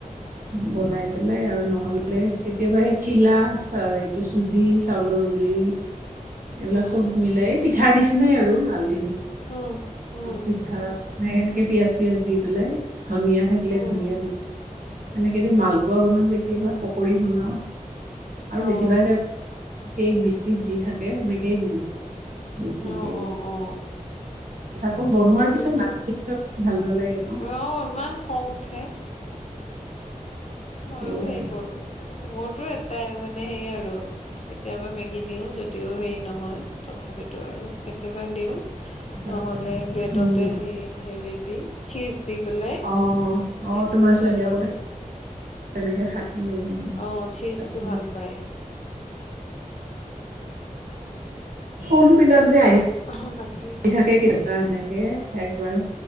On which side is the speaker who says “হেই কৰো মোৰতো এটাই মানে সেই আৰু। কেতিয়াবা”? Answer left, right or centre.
Left